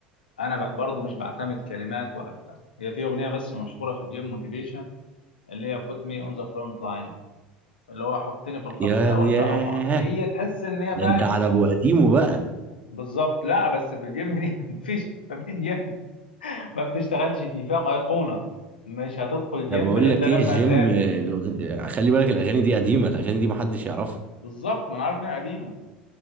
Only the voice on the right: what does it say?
يا
ياه
ده
انت على ابو قديمه بقى
انا بقول
لك ايه الجيم
الأغ- خلي بالك الاغاني دي قديمه الاغاني دي محدش يعرفها